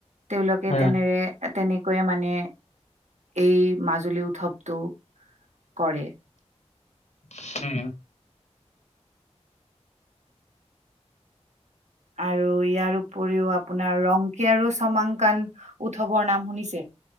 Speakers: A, on the right (about 80°); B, on the left (about 80°).
A: তেওঁলোকে
B: হয়
A: তেনেৰে তেনেকৈয়ে মানে এই মাজুলী উৎসৱটো কৰে।
B: হু হুম।
A: আৰু ইয়াৰ উপৰিও আপোনাৰ ৰংকী আৰু চমাংকান উৎসৱৰ নাম শুনিছে?